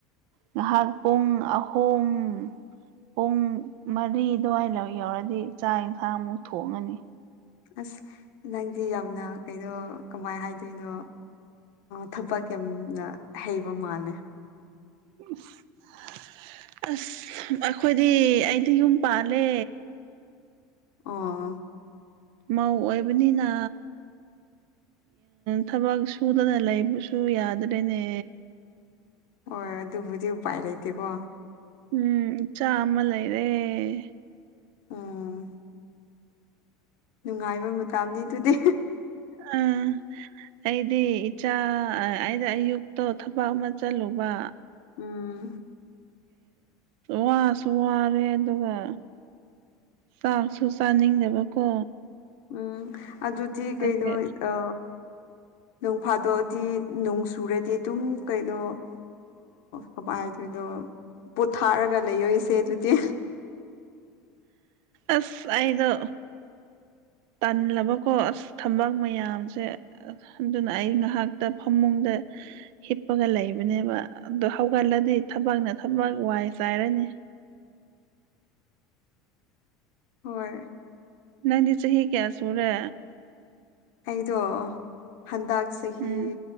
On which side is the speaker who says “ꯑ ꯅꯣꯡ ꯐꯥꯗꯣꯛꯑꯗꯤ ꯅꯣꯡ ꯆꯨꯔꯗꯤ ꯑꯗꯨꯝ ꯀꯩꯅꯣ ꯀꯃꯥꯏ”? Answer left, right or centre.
Left